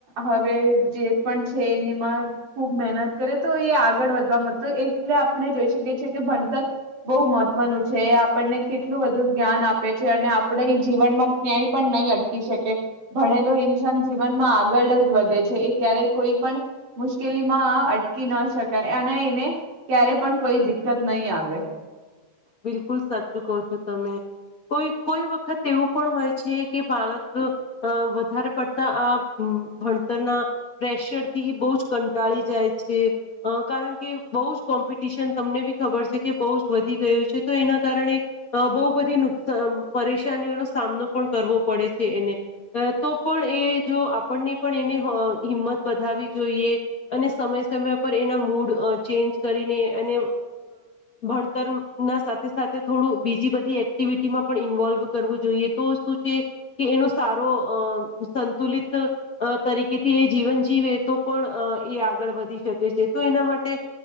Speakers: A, on the right (about 85°); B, on the left (about 45°).
A: હવે જે પણ છે એનીમાં ખૂબ મહેનત કરે તો એ આગળ વધવા મતો એટલે આપણે જોઈ શકીએ છીએ કે ભણતર બહુ મહત્વનું છે છે એ આપણને કેટલું બધું જ્ઞાન આપે છે અને આપણે એ જીવનમાં ક્યાંય પણ નહીં અટકી શકે ભણેલો ઇન્સાન જીવનમાં આગળ જ વધે છે એ ક્યારેય કોઈ પણ મુશ્કેલીમાં અટકી ન શકાય અને એને ક્યારે પણ કોઈ દિકકત નહી આવે
B: બિલકુલ સાચું કહો છો તમે કોઈ કોઈ વખત એવું પણ હોય છે કે બાળક વધારે પડતા આ ભણતરના પ્રેશર થી એ બહુ જ કંટાળી જાય છે કારણ કે બહુ જ કોમ્પિટિશન તમને બી ખબર છે કે બહુ જ વધી ગું છે તો એના કારણે બહુ બધી નુકસાન પરેશાનીઓનો સામનો પણ કરવો પડે છે એને તો પણ એ જો આપણને પણ એને હિંમત બાવવી જોઈએ અને સમય સમય પર એના મૂડ ચેન્જ કરીને અને ભણતર ના સાથે સાથે થોડું બીજી બધી એક્ટિવિટીમાં પણ ઇન્વોલ્વ કરવું જોઈએ તો શું છે કે એનો સારો અ સંતુલિત તરીકેથી એ જીવન જીવે તો પણ એ આગળ વધી શકે છે તો એના માટે